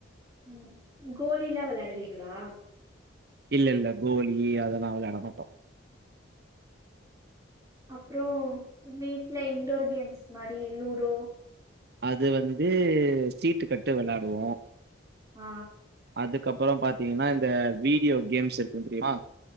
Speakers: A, on the right; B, on the right.
A: ம் கோலியிலா வெளாடுவீங்களா
B: இல்ல இல்ல கோலி அதெல்லா விளாட மாட்டோம்
A: அப்புறோ வீட்ல இன்டோர் கேம்ஸ் மாரி லூடோ
B: அது வந்து சீட்டு கட்டு விளாடுவோம்
A: ஆ
B: அதுக்கப்புறோ பாத்தீங்கன்னா இந்த வீடியோ கேம்ஸ் இருக்கும் தெரியுமா